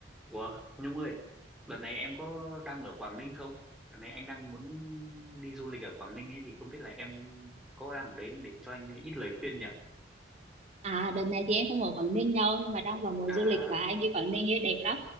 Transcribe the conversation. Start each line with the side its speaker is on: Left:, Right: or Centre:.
Centre: Ủa, Nhung ơi, đợt này em có đang ở Quảng Ninh không? Đợt này anh đang muốn đi du lịch ở Quảng Ninh ấy thì không biết là em có đang ở đấy không để cho anh ít lời khuyên nhỉ?
Right: À đợt này thì em không ở Quảng Ninh đâu nhưng mà đang vào mùa
Centre: À,
Right: du lịch và anh đi Quảng Ninh ấy đẹp lắm.